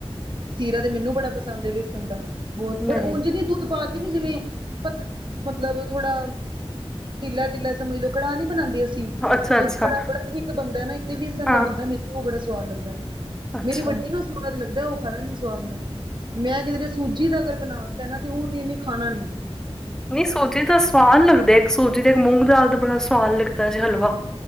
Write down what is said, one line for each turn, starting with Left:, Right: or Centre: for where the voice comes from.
Right: ਸੀਰਾ ਤੇ ਮੈਨੂੰ ਬੜਾ ਪਸੰਦ ਏ ਵੇਸਣ ਦਾ ਬੌਤ ਪਰ
Centre: ਨਹੀਂ
Right: ਉੰਝ ਨੀ ਦੋਧ ਪਾਕੇ ਨੀ ਜਿਵੇਂ ਪਤ ਮਤਲਬ ਥੋੜਾ ਢਿੱਲਾ-ਢਿੱਲਾ ਸਮਝ ਲੋ ਕੜਾਹ ਨੀ ਬਨਾਂਦੇ ਅਸ ਤੀ,
Centre: ਅੱਛਾ
Right: ਇਕ
Centre: ਅੱਛਾ
Right: ਕੜ੍ਹਾ ਬੜਾ ਥੀਕ ਬਣਦੈ ਨਾ, ਇੱਕ ਤੇ ਵੇਸਣ
Centre: ਹਾਂ
Right: ਦਾ ਬਣਦੈ, ਮੈਨੂੰ ਓਹ ਬੜਾ ਸਵਾਦ ਲੱਗਦੈ।
Centre: ਅੱਛਾ
Right: ਮੇਰੀ ਵੱਡੀ ਨੂੰ ਸਵਾਦ ਲੱਗਦੈ ਓਹ। ਖਾ ਲੈਂਦੀ ਏ ਸਵਾਦ ਨਾਲ, ਮੈਂ ਕਿਧਰੇ ਸੂਜੀ ਦਾ ਅਗਰ ਬਣਾ ਤੈ ਨਾ ਤੇ ਓਹ ਤੇ ਏਹਨੇ ਖਾਣਾ ਨੀਂ।
Centre: ਨੀ ਸੂਜੀ ਦਾ ਸਵਾਦ ਲੱਗਦੈ। ਏਕ ਸੂਜੀ ਦਾ, ਇੱਕ ਮੂੰਗ ਦਾਲ ਦਾ ਬੜਾ ਸਵਾਦ ਲੱਗਦੈ ਜੇ ਹਲਵਾ।